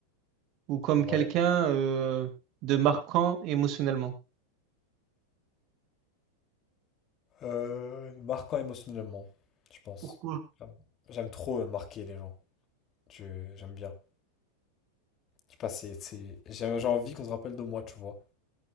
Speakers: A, on the right; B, on the left.
A: ou comme
B: Ouais.
A: quelqu'un euh, de marquant émotionnellement?
B: Euh, marquant émotionnellement, je pense.
A: Pourquoi?
B: Clairement. J'aime trop euh, marquer les gens. Je- J'aime bien. Je sais pas, c'est, c'est- j'ai j'ai envie qu'on se rappelle de moi, tu vois.